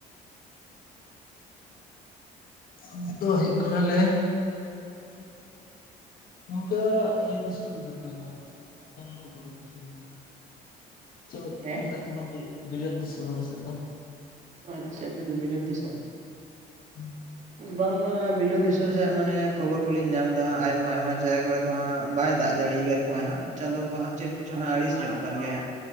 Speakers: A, on the left; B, on the right.
A: ᱟᱞᱮ ᱫᱚ ᱦᱳᱭᱳᱜ ᱠᱟᱱᱟ ᱞᱮ ᱜᱚᱢᱠᱮ ᱟᱞᱮ ᱫᱤᱥᱚᱢ ᱫᱚ ᱢᱟᱱ ᱫᱤᱥᱚᱢ ᱦᱚ ᱵᱟᱝ ᱠᱟᱱᱟᱞᱮ ᱵᱩᱨᱩ ᱫᱤᱥᱚᱢ ᱦᱚ ᱵᱟᱝ ᱠᱟᱱᱟᱞᱮ ᱪᱮᱫ
B: ᱦᱮᱸ
A: ᱠᱚ ᱢᱮᱛᱟᱜ ᱠᱟᱱᱟ ᱵᱤᱞᱟᱹᱛ ᱫᱤᱥᱚᱢ ᱟᱞᱮ ᱥᱮᱫ ᱫᱚ
B: ᱟᱪᱪᱷᱟ ᱟᱯᱮ ᱫᱚ ᱵᱤᱞᱟᱹᱛ ᱫᱤᱥᱚᱢ
A: <inaudible>
B: ᱵᱟᱝᱢᱟ ᱵᱤᱞᱟᱹᱛ ᱫᱤᱥᱚᱢ ᱥᱮᱫ ᱢᱟᱱᱮ ᱠᱷᱚᱵᱚᱨ ᱠᱚᱞᱤᱧ ᱧᱟᱢ ᱫᱟ ᱟᱭᱢᱟ ᱟᱭᱢᱟ ᱡᱟᱭᱜᱟ ᱠᱚᱨᱮ ᱫᱚ ᱦᱟᱸᱜ ᱵᱟᱭ ᱫᱟᱜ ᱡᱟᱹᱲᱤ ᱟᱠᱟᱫ ᱠᱚᱣᱟᱭ ᱦᱟᱸᱜ ᱪᱟᱸᱫᱳ ᱵᱚᱸᱜᱟ ᱦᱟᱸᱜ ᱪᱮᱫ ᱠᱚᱪᱚᱝ ᱦᱟᱸᱜ ᱟᱹᱲᱤᱥ ᱧᱚᱜ ᱟᱠᱟᱱ ᱜᱮᱭ ᱦᱟᱸᱜ